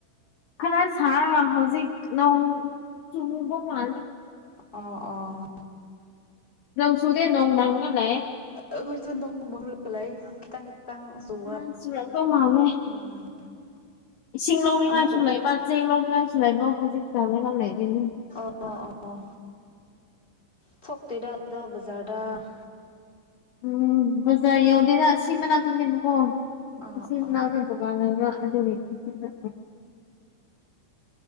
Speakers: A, on the left; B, on the left.
A: ꯈꯔ ꯁꯥ ꯍꯧꯖꯤꯛ ꯅꯣꯡ ꯆꯨꯉꯕ ꯃꯥꯜꯂꯦ
B: ꯑ ꯑꯣ ꯑꯣ
A: ꯅꯪ ꯁꯨꯗꯦ ꯅꯣꯡ ꯃꯥꯡꯅ ꯂꯥꯛꯑꯦ
B: ꯑꯩꯈꯣꯏꯁꯨ ꯅꯣꯡꯃꯒꯕ ꯂꯩ ꯈꯤꯇꯪ ꯈꯤꯇꯪ ꯆꯨꯕ
A: ꯑ ꯁꯨꯔꯦꯟ ꯇꯧ ꯃꯥꯜꯂꯦ
B: ꯎꯝ
A: ꯏꯁꯤꯡ ꯂꯧꯅꯤꯡꯉꯥꯏꯁꯨ
B: ꯑꯃꯨꯛꯀ
A: ꯂꯩꯕ ꯆꯦꯡ ꯂꯧꯅꯤꯡꯉꯥꯏꯁꯨ ꯂꯩꯕ ꯍꯧꯖꯤꯛ ꯆ ꯂꯩꯒ ꯂꯩꯔꯤꯅꯤ
B: ꯑꯣ ꯑꯣ ꯑꯣ ꯊꯣꯛꯇꯣꯏꯔ ꯑꯗꯣ ꯕꯖꯥꯔꯗ
A: ꯎꯝ ꯖꯔ ꯌꯧꯗꯗ ꯁꯤ ꯃꯅꯥꯛꯇꯅꯦꯕꯀꯣ
B: ꯑꯥ
A: ꯁꯤꯅꯥ
B: ꯑꯥ
A: ꯑꯗꯨ ꯀꯥꯟ ꯂꯩꯒ ꯑꯗꯨꯒꯤ ꯁꯤꯗ